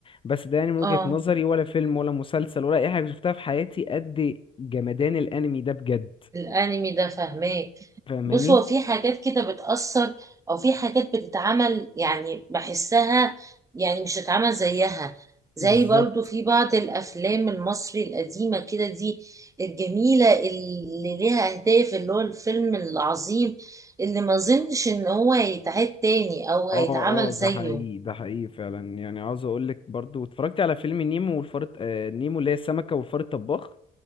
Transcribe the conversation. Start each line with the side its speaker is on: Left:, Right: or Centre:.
Left: بس ده يعني من وجهة
Right: اه
Left: نظري ولا فيلم ولا مسلسل ولا اي حاجة شفتها في حياتي قد جمدان الانمي ده بجد
Right: الانمي ده فهماك
Left: فاهماني
Right: بص هو في حاجات كده بتأثر او في حاجات بتتعمل يعني بحسها يعني مش هتتعمل زيها زي
Left: بالظبط
Right: برضو في بعض الافلام المصري القديمة كده دي الجميلة اللي ليها اهداف اللي هو الفيلم العظيم اللي ما اظنش ان هو هيتعاد تاني او هيتعمل
Left: اه اه
Right: زيه
Left: ده حقيقي ده حقيقي فعلا يعني عاوز اقول لك برضو اتفرجت على فيلم نيمو والفار الت- آه، نيمو اللي هي السمكة والفار الطباخ